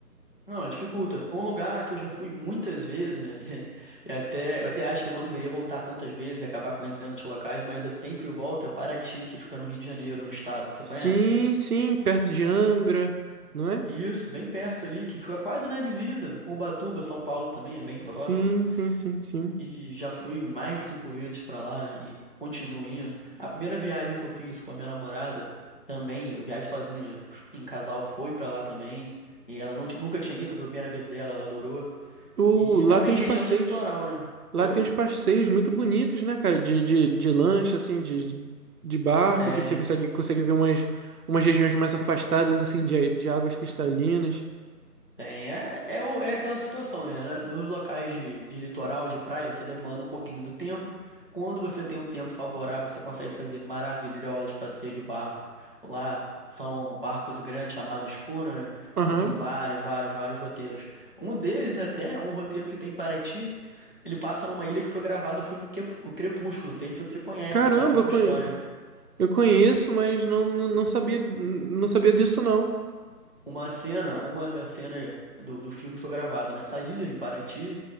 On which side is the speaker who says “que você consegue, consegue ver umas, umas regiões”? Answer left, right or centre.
Right